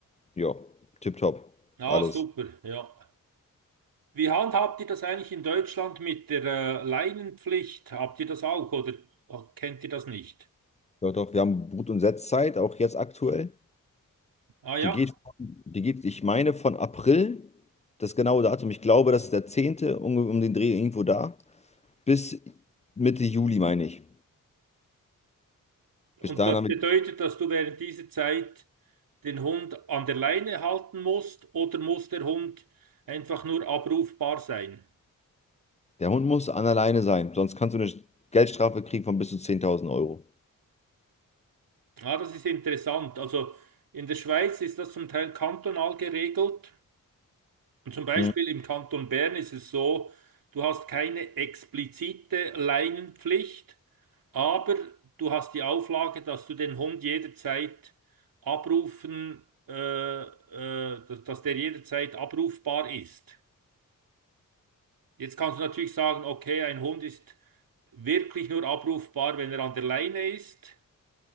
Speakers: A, on the left; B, on the right.
A: Ja, tipptopp.
B: Ah,
A: Alles.
B: super, ja. Wie handhabt ihr das eigentlich in Deutschland mit der äh, Leinenpflicht? Habt ihr das auch oder kennt ihr das nicht?
A: Doch, doch, wir haben Brut- und Setzzeit, auch jetzt aktuell.
B: Ah ja,
A: Die geht, von- die geht, ich meine, von April, das genaue Datum, ich glaube, das ist der zehnte um, um den Dreh irgendwo da, bis Mitte Juli, meine ich.
B: und
A: Bis dahin
B: das
A: haben
B: bedeutet,
A: wir,
B: dass du während dieser Zeit den Hund an der Leine halten musst oder muss der Hund einfach nur abrufbar sein?
A: der Hund muss an alleine sein, sonst kannst du eine Geldstrafe kriegen von bis zu 10.000 Euro.
B: Ah, das ist interessant. Also in der Schweiz ist das zum Teil kantonal geregelt. Und zum Beispiel
A: Mhm.
B: im Kanton Bern ist es so, du hast keine explizite Leinenpflicht, aber du hast die Auflage, dass du den Hund jederzeit abrufen, äh, äh, dass, dass der jederzeit abrufbar ist. Jetzt kannst du natürlich sagen, okay, ein Hund ist wirklich nur abrufbar, wenn er an der Leine ist.